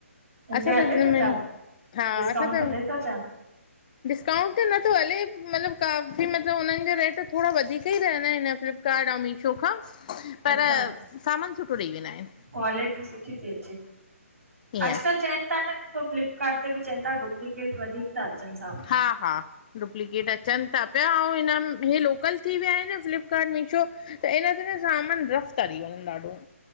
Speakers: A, on the right; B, on the left.
A: हुनते
B: असां
A: हले
B: त
A: थो
B: मिं
A: छा,
B: हा
A: डिस्काउंट
B: असां त
A: हले थो छा?
B: डिस्काउंट ते नथो हले मतलब काफ़ी मतलब हुननि जो रेट थोड़ो वधीक ई रहंदा आहिन हिन फ्लिपकार्ट ऐं मीशो खां, पर
A: अच्छा
B: सामान सुठो ॾेई वेंदा आहिन।
A: क्वालिटी सुठी थी अचे,
B: ईअं
A: अॼकल चयन था न सो फ्लिपकार्ट ते बि चवन था डुप्लकेट वधीक था अचन सां
B: हा-हा! डुप्लकेट अचन था पिया ऐं हिनम हे लोकल थी विया आहिन न फ्लिपकार्ट, मीशो। त हिन ते न सामान रफ था थी वञनि ॾाढो।